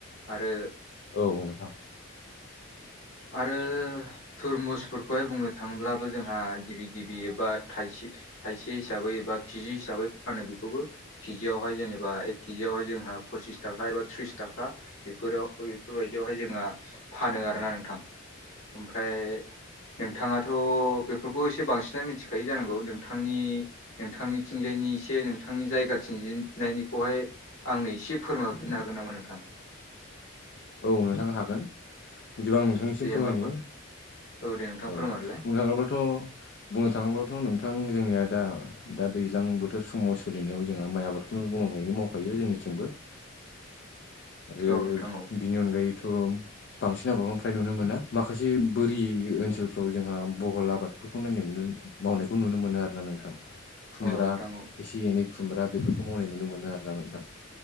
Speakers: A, on the left (about 75°); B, on the left (about 50°).
A: आरो
B: औ नोंथां
A: आरो थुरमुसफोरखौहाय बुंनो थाङ्लाबो जोंहा गिबि गिबि एबा थाइसे थाइसे हिसाबै एबा केिजि हिसाबै फानो बेखौबो। केजियावहाय जेनेबा एक केजियावहाय जोंहा पसिस थाखा एबा थ्रिस थाखा। बेफोराव बेफोरबायदियावहाय जोंहा फानो आरोना नोंथां ओमफ्राय। नोंथाङाथ' बेफोरखौ एसे बांसिनानो मिथिखायो जानांगौ नोंथांनि नोंथांनि थिंजायनि एसे नोंथांनि जायगा थंजायनायनिखौहाय। आंनो एसे फोरमायहरफिननो हागोन नामा नोंथाङा।
B: औ नोंथांनो हागोन बिदिबा आं नों आंनिसिम
A: दे
B: फोरमायनि
A: होमबाफोर दे नोंथां
B: औ
A: फोरमायहरलाय
B: बुंनो थाङोब्लाथ' बुंनो थाङोब्लाथ' नोंथां जोंनिया दा दा दैज्लां बोथोर समाव सोलिनायाव जोंहा माइ आबादखौनो गोमामायैनो मावखायो जोंनिथिंबो। आरो
A: औ नोंथां औ
B: बिनि अनगायैथ' बांसिन आबनो फ्रफ्राय नुनो मोना माखासे बोरि ओनसोलफ्राव जोंहा बहल आबादफोरखौ नायनाय मोनो। मावनायखौ नुनो मोनो आरो। नोंथां खुमब्रा
A: औ नोंथां औ
B: एसे एनै खुमब्रा बेफोरखौ मावनाय नुनो मोनो आरो ना नोंथां।